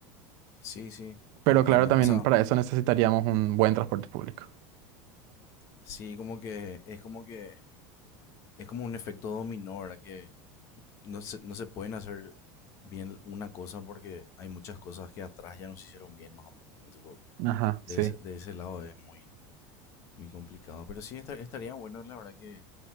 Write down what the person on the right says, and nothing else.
Pero
claro, también
para eso necesitaríamos un buen transporte público.
Ajá,
sí.